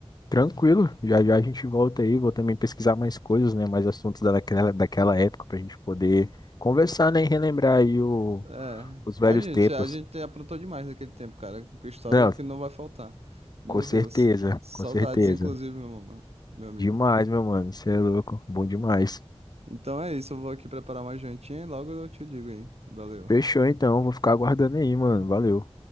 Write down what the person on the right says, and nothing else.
É,
a gente,
a gente aprontou demais naquele tempo, cara. Que história
que não vai faltar. Meu
Deus. Saudades,
inclusive, meu, mama- meu amigo.
Então é isso, eu vou aqui preparar uma jantinha e logo eu te ligo aí. Valeu.